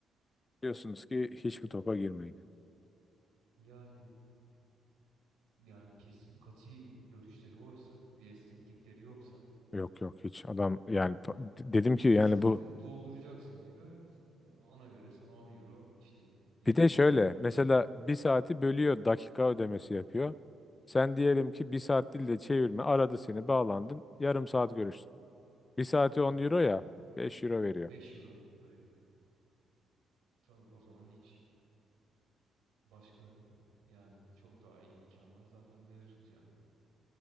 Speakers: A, on the left; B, on the right.
A: Diyorsunuz ki hiçbir topa girmeyin.
B: Yani yani kesin kati görüşleri oysa, bir esneklikleri yoksa
A: Yok yok hiç. Adam yani pa- dedim ki
B: bir
A: yani
B: saatin
A: bu
B: dolduracaksın diyor. Ona göre sana 10 euro işte yedi
A: Bir de şöyle mesela bir
B: pound.
A: saati bölüyor dakika ödemesi yapıyor. Sen diyelim ki bir saat dille çevirme aradı seni bağlandın yarım saat görüştün. Bir saati on
B: Hmm,
A: euro ya beş euro veriyor.
B: 5 euro böyle. Tabii o zaman hiç Başka yani çok daha iyi imkanlar zaten mevcut yani.